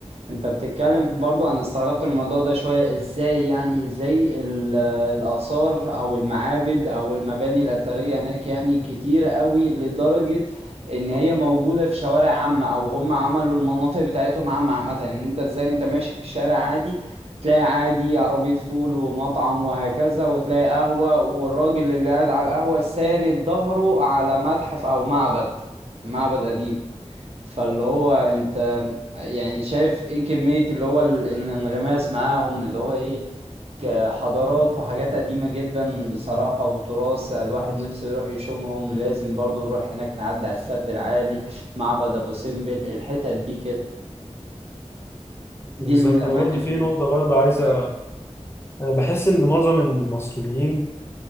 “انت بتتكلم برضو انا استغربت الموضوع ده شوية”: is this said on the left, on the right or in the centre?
Right